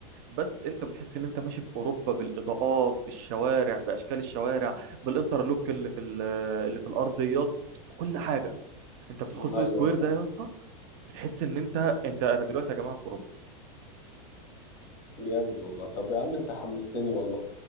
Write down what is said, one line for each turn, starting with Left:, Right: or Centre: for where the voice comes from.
Right: بس انت بتحس ان انت ماشي في اوروبا بالاضاءات بالشوارع باشكال الشوارع بالانترلوك اللي في ال- اللي في الارضيات بكل حاجه انت بتدخل
Left: ايوه
Right: سوق
Left: ايوه
Right: سكوير
Left: فاهم
Right: ده يا اسطى بتحس ان انت انت انا دلوقتي يا جماعه في اوروبا
Left: جامد والله طب يا عم انت حمستني والله